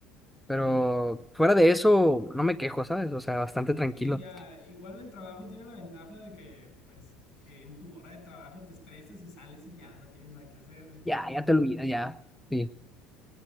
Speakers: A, in the centre; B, on the left (about 60°).
A: Pero fuera de eso, no me quejo, ¿sabes? O sea, bastante tranquilo.
B: Sí, ya, igual el trabajo tiene la ventaja de que, pues, eh, en tu hora de trabajo te estresas y sales y ya no tienes nada que hacer.
A: Ya, ya te olvidas, ya. Sí.